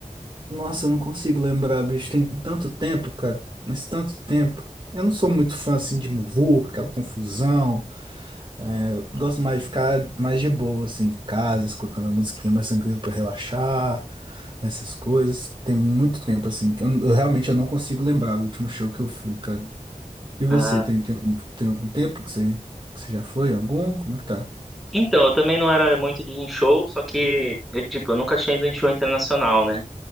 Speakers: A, on the right (about 35°); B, in the centre.
A: Nossa, eu não consigo lembrar, bicho. Tem tanto tempo, cara. Mas tanto tempo. Eu não sou muito fã, assim, de muvuca, aquela confusão. É, Eu gosto mais de ficar mais de boa, assim, em casa, escutando a musiquinha mais tranquilo pra relaxar, essas coisas. Tem muito tempo, assim. que Eu, eu realmente eu não consigo lembrar o último show que eu fui, cara. E você,
B: Ah,
A: tem, tem, algum- tem algum tempo que você, que você já foi? Algum? Como é que tá?
B: Então, eu também não era muito de ir em show, só que eu, tipo, eu nunca tinha ido em show internacional, né?